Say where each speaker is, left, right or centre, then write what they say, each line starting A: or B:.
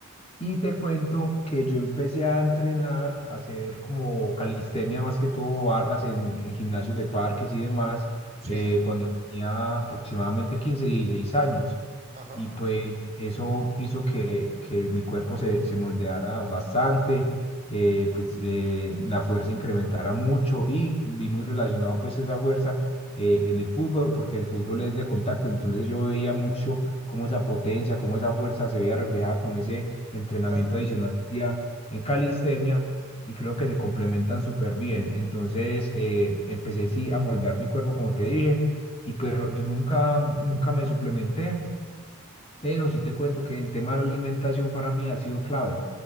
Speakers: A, on the left; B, on the right.
A: Y te cuento que yo empecé a entrenar, a hacer como calistenia más que todo, barras en, en gimnasios de parques y demás,
B: Sí,
A: eh, cuando tenía aproximadamente 15, 16 años.
B: ajá,
A: Y pues eso hizo que, que mi cuerpo se, se moldeara bastante, eh, pues eh, la fuerza incrementara mucho y vi muy relacionado pues esa fuerza eh, en el fútbol, porque el fútbol es de contacto, entonces yo veía mucho cómo esa potencia, cómo esa fuerza se veía reflejada con ese entrenamiento
B: claro.
A: adicional que hacía en calistenia y creo que se complementan súper bien. Entonces eh, empecé sí a moldear mi cuerpo, como te dije, y pues ro- yo nunca, nunca me suplementé pero sí te cuento que el tema de la alimentación para mí ha sido clave,